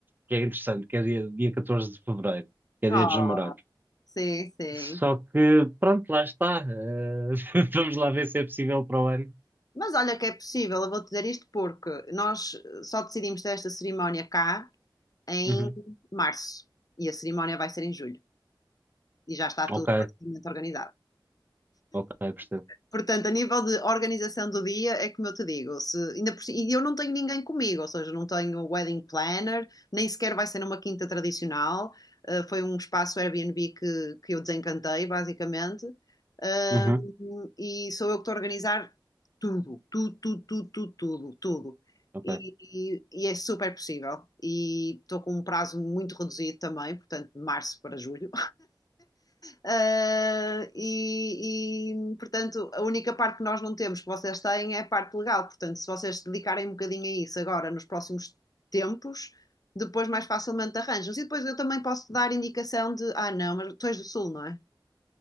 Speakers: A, on the right (about 25°); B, on the left (about 50°).
A: que é interessante, que é dia, dia 14 de fevereiro, que é
B: Oh,
A: dia dos namorados.
B: sim, sim.
A: Só que, pronto, lá está. Eh, <laughs> vamos lá ver se é possível para o ano.
B: Mas olha que é possível, eu vou te dizer isto porque nós só decidimos ter esta cerimónia cá em
A: Uhum.
B: março e a cerimónia vai ser em julho e já está tudo
A: Ok,
B: praticamente organizado.
A: ok, percebo.
B: Portanto, a nível de organização do dia, é como eu te digo, se, ainda por, e eu não tenho ninguém comigo, ou seja, não tenho um wedding planner, nem sequer vai ser numa quinta tradicional. Uh, foi um espaço Airbnb que, que eu desencantei, basicamente. Um,
A: Uhum,
B: e sou eu que estou a organizar tudo, tudo, tudo, tudo, tudo, tudo, tudo.
A: ok.
B: E, e- e é super possível. E estou com um prazo muito reduzido também, portanto, de março para julho. Uh, e, e, portanto, a única parte que nós não temos, que vocês têm, é a parte legal. Portanto, se vocês se dedicarem um bocadinho a isso agora, nos próximos tempos, depois mais facilmente arranjam. E depois eu também posso dar indicação de: ah, não, mas tu és do Sul, não é?